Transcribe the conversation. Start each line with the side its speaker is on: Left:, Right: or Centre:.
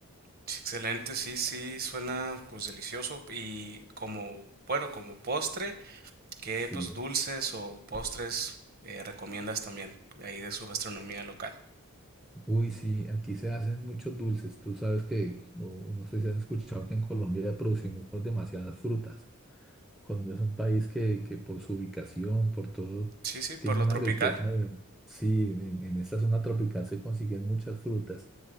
Right: sí, excelente, sí, sí, suena pues delicioso y como, bueno, como postre, ¿qué
Centre: Sí.
Right: pues dulces o postres eh, recomiendas también de ahí de su gastronomía local?
Centre: Uy, sí, aquí se hacen muchos dulces. Tú sabes que, o no sé si has escuchado que en Colombia ya producimos demasiadas frutas. Colombia es un país que, que por su ubicación, por todo,
Right: Sí, sí, por
Centre: tiene
Right: lo
Centre: una
Right: tropical.
Centre: riqueza de... Sí, en, en esta zona tropical se consiguen muchas frutas.